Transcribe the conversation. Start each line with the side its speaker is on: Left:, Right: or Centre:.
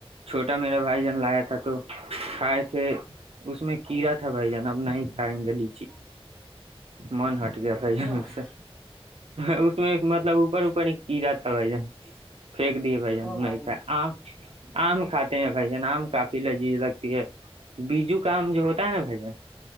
Right: چھوٹا میرا بھائی جان لایا تھا تو کھائے تھے اس میں کیڑا تھا بھائی جان اب نہیں کھائیں گے لیچی من ہٹ گیا بھ
Centre: کیوں ہے
Right: سے اس میں مطلب اوپر کیرا تھا بھائی جان پھینک دیے بھ جان
Centre: او بھائی
Right: نہیں کا آم آم کھاتے ہیں بھائی جان آم کافی لذیذ لگتی ہے بیجو کام جو ہوتا ہے نا بھ